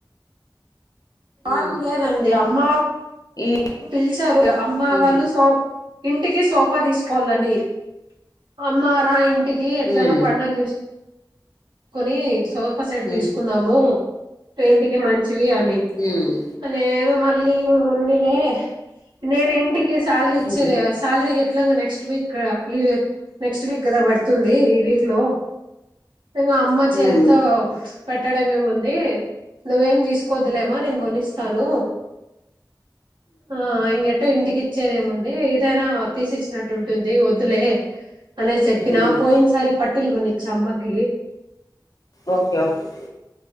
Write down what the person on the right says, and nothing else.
వారం
లేదండి అమ్మ
పిలిచారు అమ్మ
వాళ్ళు సోప్ ఇంటికి సోఫా తీసుకోవాలని అమ్మారా ఇంటికి ఎట్లానో
పండగ చసు కొని సోఫా సెట్
తీసుకుందాము ఇంటికే మంచి చిది అని
నేను మళ్ళీ ఉన్నిలే నేను ఇంటి కి సాలరీ ఇచ్చేది
సాలరీ ఎట్లా నెక్స్ట్ వీక్ నెక్స్ట్ వీక్ కదా పడుతుంది వీక్లో ఇంకా అమ్మ
చేతులతో పెట్టడం ఏముంది నువ్వేమి తీసుకోవద్దులే మ్మ నేను గొని అస్తాను హ ఇంగ్ ట్ో ఇంటికి ఇచ్చేదిేముంది ఏదైనా తీసి ఇచ్చినట్టు ఉంటుంది వద్దులే అనేది చెప్పినా
పోయినసారి పట్టిల్ కొనిచ్చ అమ్మకి